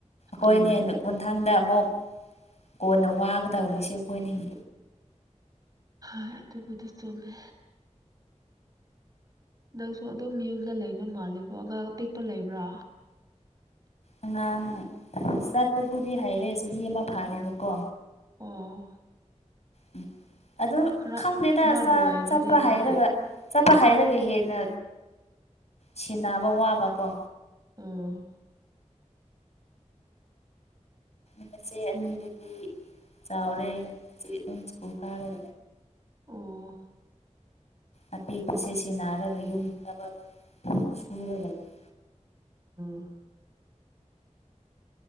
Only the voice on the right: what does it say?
ꯎꯝ
ꯍ ꯑꯗꯨꯕꯨꯗꯤ ꯆꯨꯝꯃꯦ ꯅꯪꯁꯨ ꯑꯗꯨꯝ ꯌꯨꯝꯗ ꯂꯩꯕ ꯃꯥꯜꯂꯀꯣ ꯑꯉꯥꯡ ꯑꯄꯤꯛꯄ ꯂꯩꯕ꯭ꯔꯥ
ꯑꯣ
ꯈꯔ
ꯈꯔ ꯅꯨꯡꯉꯥꯏꯅꯤꯅꯦ
ꯑꯗꯨꯗꯤ
ꯑꯣ
ꯑꯣ
ꯎ